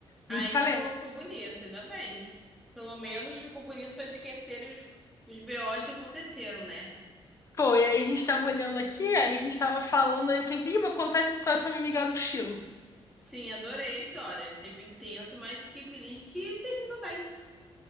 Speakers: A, in the centre; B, on the left.
A: Ai,
B: muito talento.
A: que bom que foi bonito, ainda bem. Pelo menos ficou bonito pra esquecer os, os BOs que aconteceram, né?
B: Pô, e aí a gente tava olhando aqui, aí a gente tava falando, aí eu pensei, Ih, vou contar essa história pra minha amiga do Chile.
A: Sim, adorei a história. Achei bem tenso, mas fiquei feliz que terminou bem.